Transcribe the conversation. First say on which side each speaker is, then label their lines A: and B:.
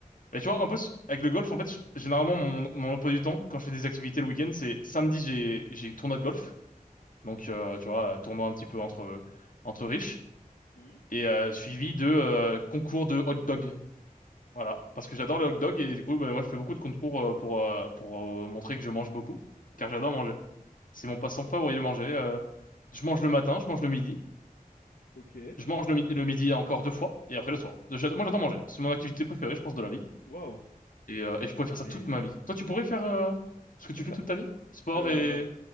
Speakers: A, on the left (about 65°); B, on the left (about 80°).
A: Mais tu vois, en plus, avec le golf, en fait, généralement, mon, mon emploi du temps, quand je fais des activités le week-end, c'est samedi, j'ai, j'ai tournoi de golf. Donc, euh, tu vois, euh, tournoi un petit peu entre, entre riches.
B: Hmm,
A: Et euh, suivi de euh, concours de hot dog. Voilà. Parce que j'adore les hot dogs et du coup, bah, moi, je fais beaucoup de concours euh, pour, euh, pour euh, montrer que je mange beaucoup. Car j'adore manger. C'est mon passe-temps favori, le manger. euh, je mange le matin, je mange le midi.
B: Ok.
A: Je mange le, mi- le midi encore deux fois et après le soir. J'ado- Moi, j'adore manger. C'est mon activité préférée, je pense, de la vie.
B: Waouh.
A: Et, euh, et je pourrais faire ça
B: Mais,
A: toute ma vie. Toi, tu pourrais faire euh, ce que tu
B: enfin,
A: fais toute ta vie? Sport
B: euh,
A: et...